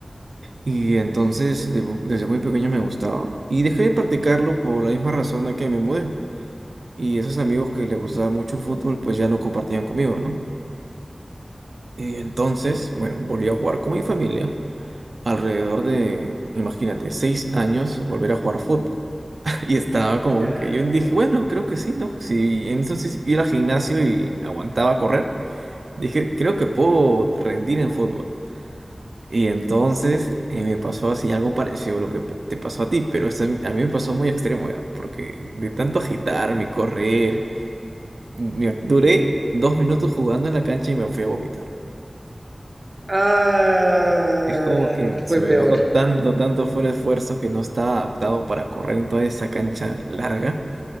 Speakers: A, on the right (about 80°); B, on the right (about 35°).
A: Y entonces de mu- desde muy pequeño me gustaba y dejé de practicarlo por la misma razón de que me mudé y esos amigos que les gustaba mucho el fútbol pues ya no compartían conmigo, ¿no? Y entonces, bueno, volví a jugar con mi familia. Alrededor de, imagínate, seis años volver a jugar fútbol. <laughs> Y estaba como
B: ya.
A: que yo dije, bueno, creo que sí, ¿no? Si entonces ir al gimnasio y aguantaba correr, dije, creo que puedo rendir en fútbol. Y entonces eh, me pasó así algo parecido a lo que p- te pasó a ti, pero esto a mí me pasó muy extremo ya, porque de tanto agitarme y correr, me- duré dos minutos jugando en la cancha y me fui a vomitar.
B: Ah,
A: Es como que se
B: fue
A: me
B: peor,
A: bajó tanto, tanto fuera de esfuerzo que no estaba adaptado para correr en toda esa cancha larga